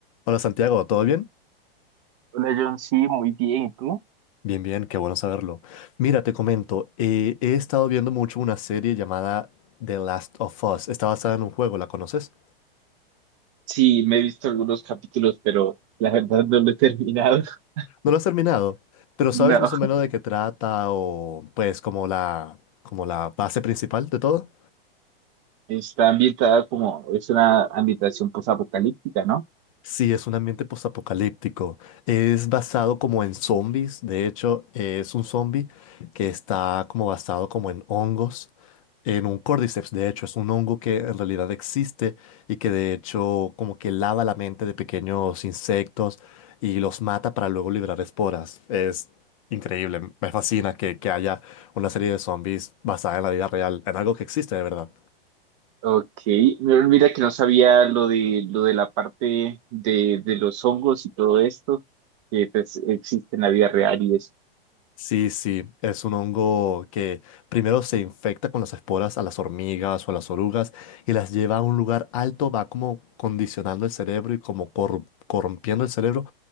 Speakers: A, on the left; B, on the right.
A: Hola Santiago, ¿todo bien?
B: Hola John, sí, muy bien. ¿Y tú?
A: Bien, bien, qué bueno saberlo. Mira, te comento, eh, he estado viendo mucho una serie llamada The Last of Us. Está basada en un juego, ¿la conoces?
B: Sí, me he visto algunos capítulos, pero la verdad no lo he terminado. <laughs>
A: No lo has terminado, pero ¿sabes
B: No.
A: más o menos de qué trata o pues como la, como la base principal de todo?
B: Está ambientada como, es una ambientación posapocalíptica, ¿no?
A: Sí, es un ambiente postapocalíptico. Es basado como en zombies. De hecho, es un zombie que está como basado como en hongos, en un cordyceps. De hecho, es un hongo que en realidad existe y que de hecho como que lava la mente de pequeños insectos y los mata para luego liberar esporas. Es increíble. Me fascina que, que haya una serie de zombies basada en la vida real, en algo que existe de verdad.
B: Ok, no, mira que no sabía lo de, lo de la parte de, de los hongos y todo esto, que pues existe en la vida real y eso.
A: Sí, sí, es un hongo que primero se infecta con las esporas a las hormigas o a las orugas y las lleva a un lugar alto, va como condicionando el cerebro y como corru- corrompiendo el cerebro